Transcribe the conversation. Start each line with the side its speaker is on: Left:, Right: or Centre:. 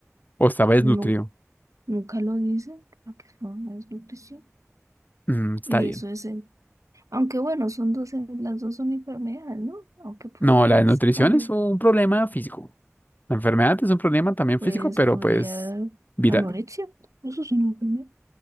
Left: O estaba desnutrido.
Right: nunca Nunca lo dicen, lo que son la desnutrición.
Left: Mm, está
Right: Y
Left: bien.
Right: eso es el, aunque bueno, son dos, en- las dos son enfermedades, ¿no? Aunque podrías
Left: No, la desnutrición
Right: cambiar,
Left: es un problema físico. La enfermedad es un problema también
Right: pues
Left: físico, pero
Right: podría
Left: pues viral.
Right: anorexia, eso es una enfermedad.